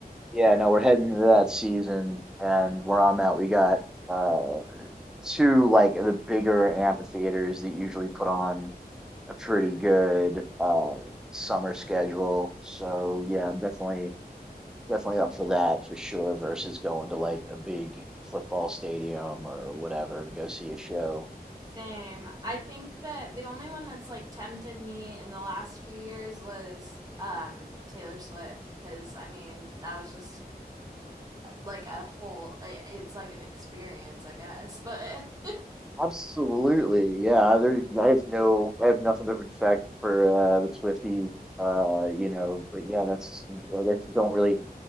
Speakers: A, in the centre; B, on the right (about 20°).
A: Yeah, no, we're heading into that season, and where I'm at, we got uh, two like the bigger amphitheaters that usually put on a pretty good uh, summer schedule. So yeah, I'm definitely definitely up for that for sure. Versus going to like a big football stadium or whatever to go see a show.
B: Same. I think that the only one that's like tempted me in the last few years was um Taylor Swift because I mean that was just like a whole it's like an experience I guess but <laughs>
A: Absolutely, yeah. There, I have no, I have nothing but respect for uh, the Swifties. Uh, you know, but yeah, that's I guess you don't really